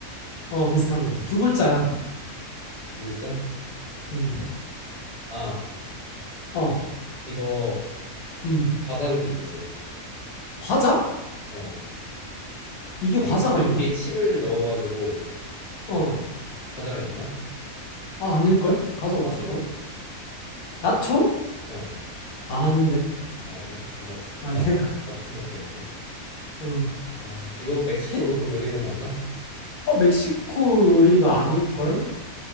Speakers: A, on the left (about 80°); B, on the left (about 30°).
A: 어 비슷한 거. 두 글자야.
B: 두 글자?
A: 음.
B: 아
A: 어.
B: 이거
A: 음.
B: 과자로도 있지.
A: 과자?
B: 어.
A: 이게 과자가
B: 이 이름
A: 있나?
B: 뒤에 칩을 넣어가지고
A: 어.
B: 과자가 있나?
A: 아 아닐걸? 과자 없을걸?
B: 맞춰?
A: 나초?
B: 어.
A: 아 아닌데.
B: 아, 아니야. 아, 나,
A: 아니야.
B: 나 맞춰 생각했는데.
A: 어,
B: 아, 이거 멕시코
A: 히,
B: 요리는 맞나?
A: 어, 멕시코 요리가 아닐걸?